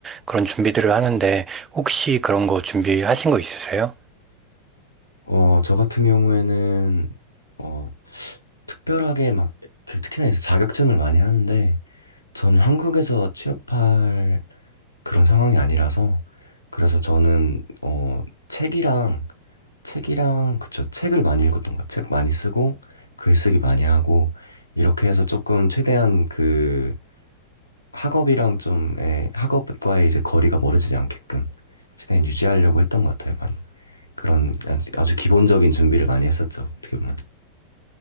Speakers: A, on the right (about 20°); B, on the left (about 80°).
A: 그런 준비들을 하는데, 혹시 그런 거 준비하신 거 있으세요?
B: 어, 저 같은 경우에는 어, 특별하게 막 그 특히나 이제 자격증을 많이 하는데 저는 한국에서 취업할 그런 상황이 아니라서 그래서 저는 어 책이랑 책이랑, 그쵸. 책을 많이 읽었던 것 같아요. 책 많이 쓰고, 글쓰기 많이 하고, 이렇게 해서 조금 최대한 그 학업이랑 좀, 예, 학업과의 이제 거리가 멀어지지 않게끔 최대한 유지하려고 했던 것 같아요, 많이. 그런 아주, 아주 기본적인 준비를 많이 했었죠, 어떻게 보면.